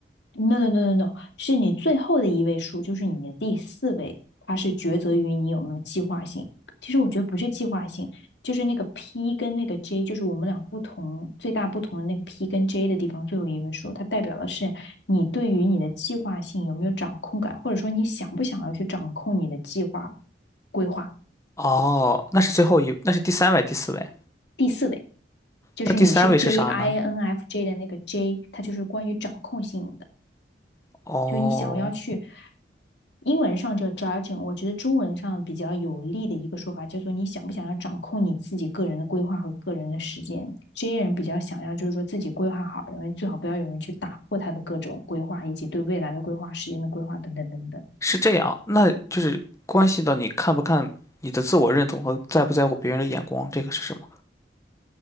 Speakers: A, on the left; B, on the left.
A: No no no no no，是你最后的一位数，就是你的第四位，它是抉择于你有没有计划性。其实我觉得不是计划性，就是那个 P 跟那个 J，就是我们俩不同最大不同的那个 P 跟 J 的地方，最后一位数，它代表的是你对于你的计划性有没有掌控感，或者说你想不想要去掌控你的计划规划。
B: 哦，那是最后一，那是第三位，第四位。
A: 第四位就是你是
B: 那第三位是啥呢？
A: J I N F J 的那个 J，它就是关于掌控性的。
B: 哦，
A: 就是你想要去英文上叫 judging，我觉得中文上比较有力的一个说法叫做你想不想要掌控你自己个人的规划和个人的时间。这些人比较想要就是说自己规划好，然后最好不要有人去打破他的各种规划，以及对未来的规划、时间的规划等等等等。
B: 是这样，那就是关系到你看不看你的自我认同和在不在乎别人的眼光，这个是什么？